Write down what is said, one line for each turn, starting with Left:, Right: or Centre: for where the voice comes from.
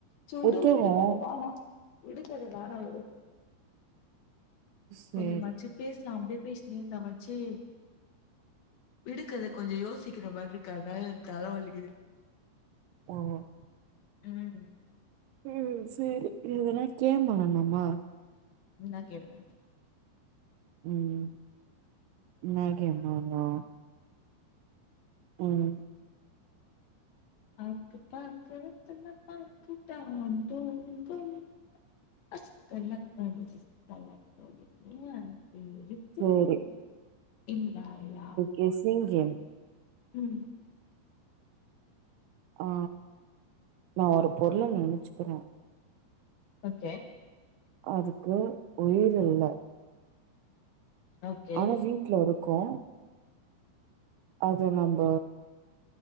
Left: சூடு
Right: புத்தகோ
Left: விடுக்கது வேணா விடுகதை வேணா உடு
Right: சேரி
Left: கொஞ்சமாச்சு பேசலா அப்படியே பேசினி இருந்த ஆச்சு விடுக்கத கொஞ்ச யோசிக்கிற மாரி இருக்கா அதனால தலைவலிக்குது
Right: ம்
Left: ம்
Right: ம் சரி இதனா கேம் ஆடலாமா
Left: என்ன கேம்
Right: ம் என்னா கேமா ஒன்னு ம்
Left: ஆக்கு பக்கு வெத்தல பாக்கு தாம் தூம்மு கொய்யா அஷ்ட லக்காடி இஸ்தலக்கடி ஏம் பேரு கொய்யா
Right: சேரி
Left: இன் பாலா
Right: ஹெசிங்கேம்
Left: ம்
Right: ஆ நா ஒரு பொருள நெனச்சிக்கிறே
Left: ஓகே
Right: அதுக்கு உயிர் இல்ல
Left: ஓகே.
Right: ஆனா வீட்ல இருக்கூ அது நம்ப